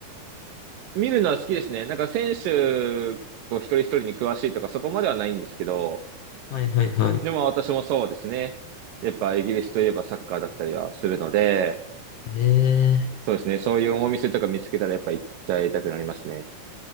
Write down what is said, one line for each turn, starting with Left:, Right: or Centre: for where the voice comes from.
Right: い。見るのは好きですね。なんか選手、こう一人一人に詳しいとかそこまではないんですけど、
Left: はいはいはい。
Right: でも私もそうですね。やっぱイギリスといえばサッカーだったりはするので、
Left: ええ
Right: そうですね。そういうお店とか見つけたらやっぱ行っちゃいたくなりますね。